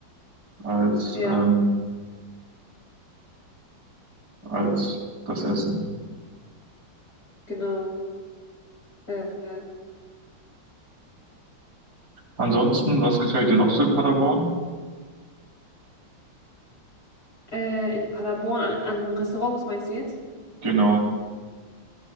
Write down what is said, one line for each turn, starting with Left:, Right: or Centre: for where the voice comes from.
Right: als,
Left: Ja,
Right: ähm, als das Essen.
Left: genau. Äh, äh,
Right: Ansonsten, was gefällt dir noch so in Paderborn?
Left: äh, in Paderborn, an, an Restaurants meinst du jetzt?
Right: Genau.